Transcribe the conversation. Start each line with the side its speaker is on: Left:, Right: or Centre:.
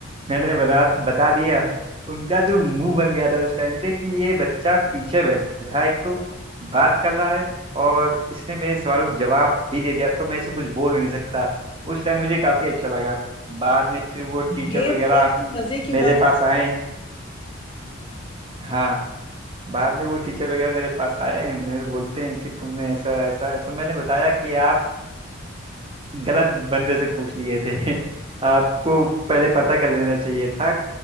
Right: मैंने बता बता दिया उनका जो मुंह बन गया था उस टाइम पे कि ये बच्चा पीछे बैठा है एक तो बात कर रहा है और इसने मेरे सवालों का जवाब भी दे दिया तो मैं इसे कुछ बोल भी नहीं सकता उस टाइम मुझे काफी अच्छा लगा बाद में फिर वो टीचर
Left: ये
Right: वगैरह
Left: बहुत मजे की
Right: मेरे
Left: बात
Right: पास आए हाँ बाद में वो टीचर वगैरह मेरे पास आए मेरे बोलते हैं कि तुमने ऐसा ऐसा है तो मैंने बताया कि आप गलत बंदे से पूछ लिए थे <laughs> आपको पहले पता कर लेना चाहिए था